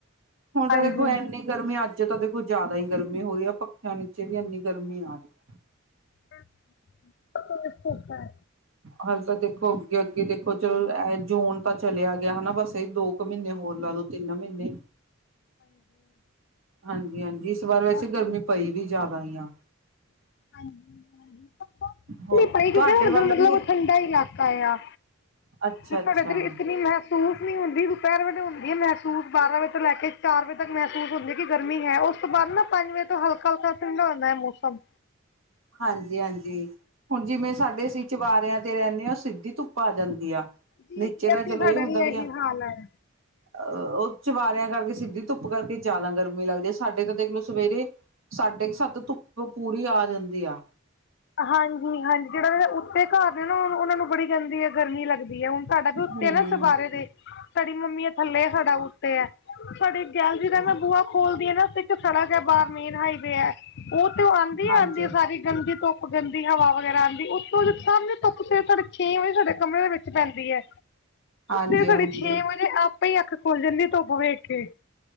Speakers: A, on the right; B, on the left.
A: ਹੁਣ ਤਾਂ
B: ਹਾਂਜੀ।
A: ਦੇਖੋ ਇੰਨੀ। ਗਰਮੀ ਅੱਜ ਤਾਂ ਦੇਖੋ ਜ਼ਿਆਦਾ ਹੀ ਗਰਮੀ ਹੋ ਰਹੀ ਹੈ। ਪੱਖਿਆਂ ਨੀਚੇ ਵੀ ਇੰਨੀ ਗਰਮੀ ਆ ਰਹੀ।
B: ਹੂੰ ਰਸੋਈ 'ਚ ਧੁੱਪ ਆਂ।
A: ਹਾਲੇ ਤਾਂ ਦੇਖੋ, ਅੱਗੇ ਅੱਗੇ ਦੇਖੋ, ਚਲੋ ਏ ਜੂਨ ਤਾਂ ਚਲਿਆ ਗਿਆ ਹਨਾ, ਬਸ ਇਹ ਦੋ ਇੱਕ ਮਹੀਨੇ ਹੋਰ ਲਾ ਲੋ ਤਿੰਨ ਮਹੀਨੇ ਹਾਂਜੀ, ਹਾਂਜੀ ਇਸ ਵਾਰ ਵੈਸੇ
B: ਹਾਂਜੀ
A: ਗਰਮੀ ਪਈ ਵੀ ਜ਼ਿਆਦਾ ਈਆ
B: <unintelligible>
A: ਹੋਰ ਤੁਹਾਡੇ ਵੱਲ
B: ਮਤਲਬ
A: ਵੀ
B: ਉਹ ਠੰਡਾ ਇਲਾਕਾ ਆ
A: ਅੱਛਾ
B: ਤੁਆਡੇ
A: ਅੱਛਾ
B: ਇਧਰ ਇਸਕਨੀ ਨਾ
A: <inaudible>
B: ਨੀ ਹੁੰਦੀ ਦੁਪੇਰ ਵੇਲੇ ਹੁੰਦੀ ਐ। ਮਹਿਸੂਸ ਬਾਰਾਂ ਵਜੇ ਤੋਂ ਲੈ ਕੇ ਚਾਰ ਵਜੇ ਤੱਕ ਮਹਿਸੂਸ ਹੁੰਦੀ ਕਿ ਗਰਮੀ ਹੈ ਉਸ ਤੋਂ ਬਾਅਦ ਨਾ ਪੰਜ ਵਜੇ ਤੋ ਹਲਕਾ-ਹਲਕਾ ਠੰਡਾ ਹੋਂਦਾ ਐ ਮੌਸਮ
A: ਹਾਂਜੀ-ਹਾਂਜੀ ਹੁਣ ਜਿਵੇਂ ਸਾਡੇ ਸੀਂ ਚੁਬਾਰੇਯਾ ਤੇ ਰੇਨੇ ਆ ਸਿੱਧੀ ਧੁੱਪ ਆ ਜਾਂਦੀ ਆ।
B: ਜੀ
A: ਨੀਚੇ
B: ਜੀ
A: ਦਾ
B: ਅਸੀਂ
A: ਚਲੋ
B: ਸਾਡਾ
A: ਇਹ ਹੁੰਦਾ
B: ਵੀ
A: ਵੀਆ
B: ਇਹੀ ਹਾਲ ਹੈ
A: ਅ ਉਹ ਚਵਾਰਿਆਂ ਕਰਕੇ ਸਿੱਧੀ ਧੁੱਪ ਕਰਕੇ ਜ਼ਿਆਦਾ ਗਰਮੀ ਲੱਗਦੀ ਆ। ਸਾਡੇ ਤਾਂ ਦੇਖ ਲੋ ਸਵੇਰੇ ਸਾਢੇ ਕੁ ਸੱਤ ਧੁੱਪ ਪੂਰੀ ਆ ਜਾਂਦੀ ਆ।
B: ਹਾਂਜੀ-ਹਾਂਜੀ ਜੇੜਾ ਜੇੜਾ ਉੱਤੇ ਘਰ ਨੇ ਨਾ ਊਨਾ ਉਨਾਂ ਨੂੰ ਬੜੀ ਗੰਦੀ ਹੈ। ਗਰਮੀ ਲੱਗਦੀ ਹੈ। ਹੁਣ ਤੁਹਾਡਾ ਵੀ ਉੱਤੇ
A: ਹਾਂਜੀ
B: ਆ ਨਾ ਚਬਾਰੇ ਦੇ ਸਾਡੀ ਮੰਮੀ ਦਾ ਥੱਲੇ ਸਾਡਾ ਉੱਤੇ ਐ ਸਾਡੇ ਗੈਲਰੀ
A: ਅੱਛਾ
B: ਦਾ ਮੈਂ ਬੂਹਾ ਖੋਲਦੀ ਐ। ਨਾ ਇੱਕ ਸੜਕ ਐ ਬਾਰ ਮੇਨ ਹਾਈਵੇ ਐ ਉ ਤੇ ਉਹ ਆਂਦੀ ਈ
A: ਹਾਂਜੀ।
B: ਆਂਦੀ ਐ। ਸਾਰੀ ਗੰਦੀ ਧੁੱਪ ਗੰਦੀ ਹਵਾ ਵਗੈਰਾ ਆਂਦੀ ਉੱਥੋਂ ਸਾਹਮਣੇ ਧੁਪ ਤੇੇ ਛੇ ਵਜੇ ਸਾਡੇ ਕਮਰੇ ਦੇ ਵਿੱਚ ਪੈਂਦੀ ਐ।
A: ਹਾਂਜੀ
B: ਤੇੇ ਸਾਡੀ
A: ਹਾਂਜੀ
B: ਛੇ ਵਜੇ ਤੇ ਆਪੇ ਈ ਅੱਖ ਖੁੱਲ ਜਾਂਦੀ। ਧੁੱਪ ਵੇਖ ਕੇ